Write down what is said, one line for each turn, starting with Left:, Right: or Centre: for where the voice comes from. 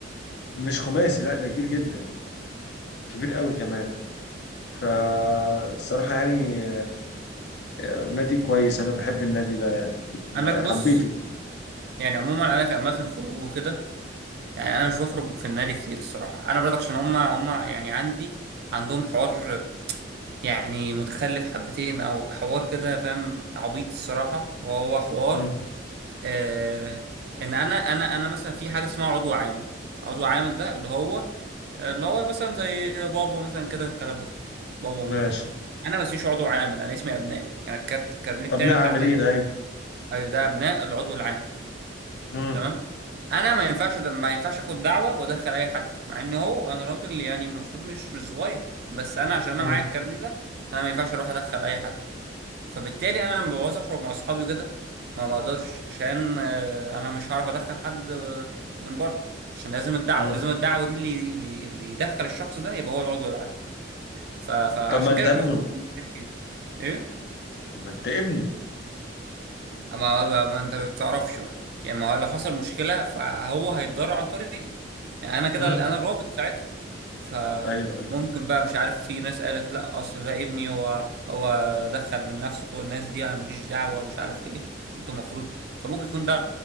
Left: مش خماسي لا ده كبير جدا كبير قوي كمان فالصراحة يعني آه، نادي كويس أنا بحب النادي ده يعني
Right: انا بص
Left: حبيته
Right: يعني عموما انا كاماكن خروج وكده يعني انا مش بخرج في النادي كتير الصراحه انا برضك عشان هما هما يعني عندي عندهم حوار يعني متخلف حبتين او حوار كده فاهم عبيط الصراحه وهو حوار
Left: مم.
Right: آه ان انا انا انا مثلا في حاجه اسمها عضو عامل عضو عامل ده اللي هو اللي هو مثلا زي بابا مثلا كده الكلام ده كله بابا وماما
Left: ماشي
Right: كده انا ما اسميش عضو عامل انا اسمي ابناء يعني الكارت الكارنيه بتاعي
Left: أبناء
Right: بتاع
Left: عاملين
Right: النادي
Left: أيوة
Right: ايوه ده ابناء العضو العامل
Left: مم.
Right: تمام انا ما ينفعش ما ينفعش اخد دعوه وادخل اي حد مع ان هو انا راجل يعني المفروض مش مش صغير بس انا عشان انا
Left: مم.
Right: معايا الكارنيه ده انا ما ينفعش اروح ادخل اي حد فبالتالي انا لما بعوز اخرج مع اصحابي كده ما بقدرش عشان آه، انا مش هعرف ادخل حد آه، من بره عشان لازم الدعوه
Left: مم.
Right: لازم الدعوه دي اللي اللي اللي يدخل الشخص ده يبقى هو العضو العام ف- فعشان
Left: طب ما أنت
Right: كده
Left: ابنه
Right: مش باخد كتير ايه
Left: طب ما أنت ابنه
Right: ما, ما ما انت بتعرفش بقى يعني ما هو لو حصل مشكله فهو هيتضرر عن طريقي يعني انا كده
Left: مم.
Right: انا الرابط ساعتها فممكن
Left: أيوه أيوه
Right: بقى مش عارف في ناس قالت لا اصل ده ابني هو هو دخل من نفسه والناس دي انا ماليش دعوه مش عارف ايه انتوا المفروض فممكن يكون ده